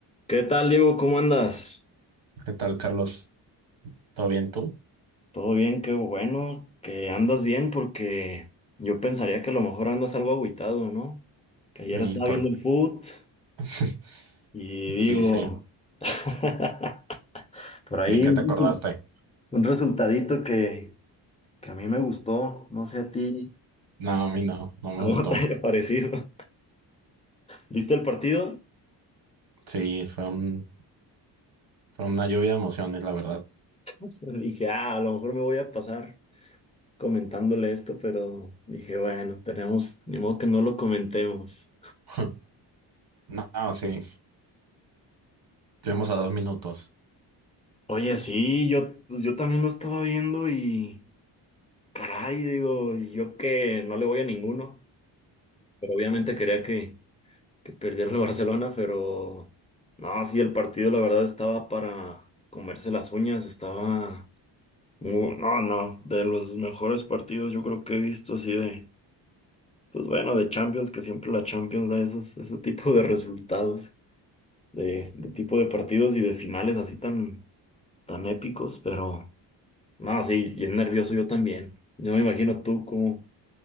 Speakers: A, on the left; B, on the right.
A: ¿Qué tal, Diego? ¿Cómo andas?
B: ¿Qué tal, Carlos? ¿Todo bien tú?
A: Todo bien, qué bueno que andas bien porque yo pensaría que a lo mejor andas algo agüitado, ¿no? Que ayer
B: Y
A: estaba
B: por...
A: viendo el foot
B: <laughs>
A: y digo,
B: Sí, sí,
A: <laughs> por ahí
B: bien que
A: un
B: te acordaste.
A: resul- un resultadito que, que a mí me gustó, no sé a ti,
B: No, a mí no, no me
A: ¿cómo
B: gustó.
A: <laughs> te haya parecido? ¿Viste el partido?
B: Sí, fue un, fue una lluvia de emociones, la verdad.
A: <laughs> Dije, ah, a lo mejor me voy a pasar comentándole esto, pero dije, bueno, tenemos, ni modo que no lo comentemos.
B: <laughs> No, sí, estuvimos a dos minutos.
A: Oye, sí, yo, pues yo también lo estaba viendo y caray, digo, yo que no le voy a ninguno, pero obviamente quería que, que perdiera el Barcelona, pero no, sí, el partido la verdad estaba para comerse las uñas, estaba, mu- no, no, de los mejores partidos yo creo que he visto así de, pues bueno, de Champions, que siempre la Champions da esos, ese tipo de resultados, de, de tipo de partidos y de finales así tan, tan épicos, pero... No, sí, bien nervioso yo también. Yo me imagino tú cómo,